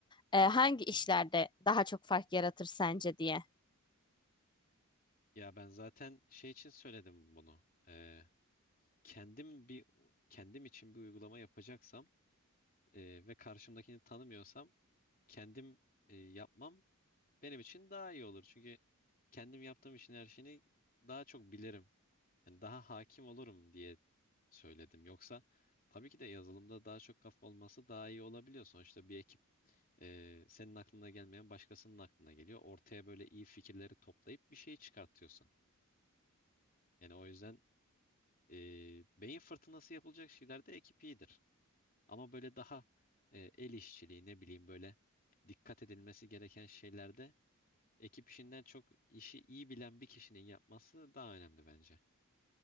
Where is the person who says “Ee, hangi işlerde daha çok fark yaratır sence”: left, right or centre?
Left